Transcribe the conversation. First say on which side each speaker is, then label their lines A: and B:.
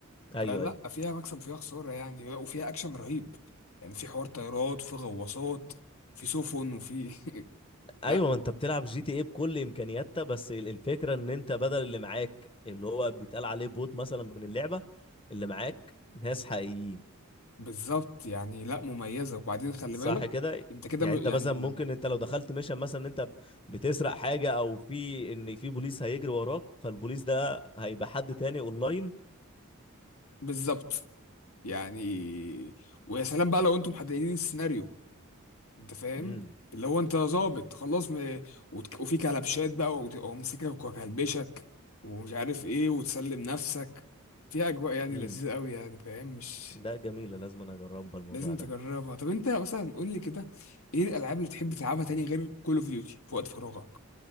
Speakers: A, on the left (about 25°); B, on the left (about 80°).
A: ايوه
B: فلا
A: ايوه
B: فيها مكسب وفيها خسارة يعني لا وفيها أكشن رهيب يعني في حوار طيارات في غواصات في سفن وفي <laughs> لا
A: ايوه ما انت بتلعب جي تي ايه بكل امكانياتها بس ال- الفكرة ان انت بدل اللي معاك اللي هو بيتقال عليه بوت مثلا من اللعبة اللي معاك ناس حقيقيين
B: بالظبط يعني لا مميزة وبعدين خلي
A: صح
B: بالك
A: كده
B: أنت كده
A: يعني
B: م-
A: انت
B: يعني
A: مثلا ممكن انت لو دخلت ميشن مثلا ان انت بتسرق حاجه او في ان في بوليس هيجري وراك فالبوليس ده هيبقى حد تاني اونلاين
B: بالظبط يعني ويا سلام بقى لو أنتم محددين السيناريو أنت فاهم
A: امم
B: اللي هو أنت ظابط خلاص م... وت- وفي كلبشات بقى وت- ومسكك وكلبشك ومش عارف إيه وتسلم نفسك فيها أجواء يعني
A: امم
B: لذيذة أوي يعني فاهم مش
A: ده جميله لازم انا اجربها الموضوع
B: لازم
A: ده
B: تجربها طب انت مثلا قول لي كده ايه الالعاب اللي تحب تلعبها تاني غير كول اوف ديوتي في وقت فراغك